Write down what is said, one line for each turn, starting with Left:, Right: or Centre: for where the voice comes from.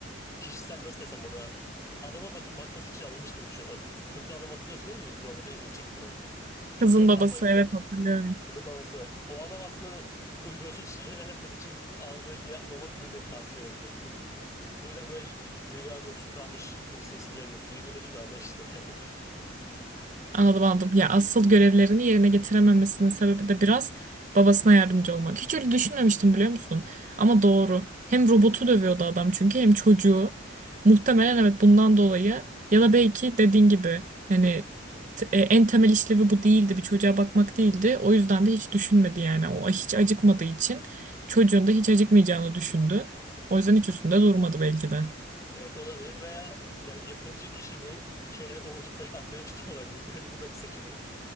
Left: kişisel nasıl desem ona adama bak bakması için alınmış gibi düşün. O kötü adam hatırlıyorsun değil mi? Bir robotu eziyet çektiren,
Right: <laughs>
Left: çocuğa
Right: Kızın babası
Left: travma getiren.
Right: evet hatırlıyorum.
Left: Kızın babası. O adam aslında uygunsuz <laughs> şeyler yapması için aldığı bir robot gibi de tasvir ediliyor bir tık. Bu yüzden böyle duygudan yoksun kalmış gibi hissedilebilir. Duygu dediğin anla işte yani. <laughs>
Right: Anladım anladım. Ya asıl görevlerini yerine getirememesinin sebebi de biraz babasına yardımcı olmak. Hiç öyle düşünmemiştim biliyor musun? Ama doğru. Hem robotu dövüyordu adam çünkü hem çocuğu. Muhtemelen evet bundan dolayı ya da belki dediğin gibi hani t- e, en temel işlevi bu değildi. Bir çocuğa bakmak değildi. O yüzden de hiç düşünmedi yani. O hiç acıkmadığı için çocuğun da hiç acıkmayacağını düşündü. O yüzden hiç üstünde durmadı belki de.
Left: Evet olabilir veya ya, yapımcı kişi bu şeyleri unutup direkt atlamış da olabilir. <laughs> Böyle bu da bir seçenek.